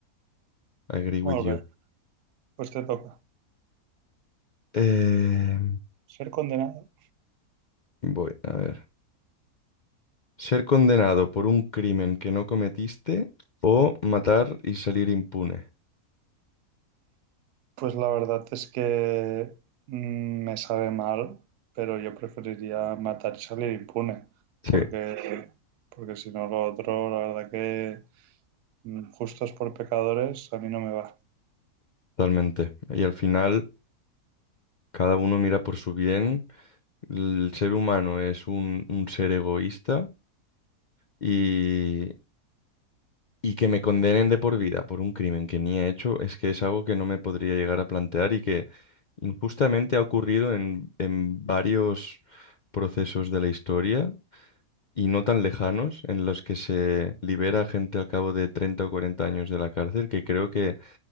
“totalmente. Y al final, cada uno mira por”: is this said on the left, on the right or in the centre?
Left